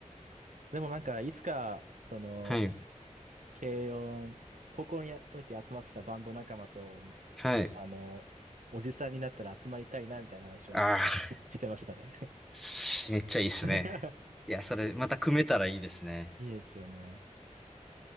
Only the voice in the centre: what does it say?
はい。
はい。
ああ、
しめっちゃいいっすね。
いや、それ、また組めたらいいですね。